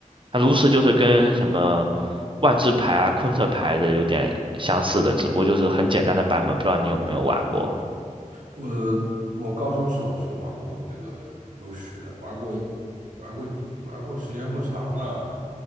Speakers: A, on the right (about 40°); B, on the right (about 70°).
A: 它炉石就是跟什么万智牌啊、昆特牌的有点相似的，只不过就是很简单的版本，不知道你有没有玩过？
B: 我我高中时候是玩过那个炉石的，玩过一玩过玩过，时间不长嘛，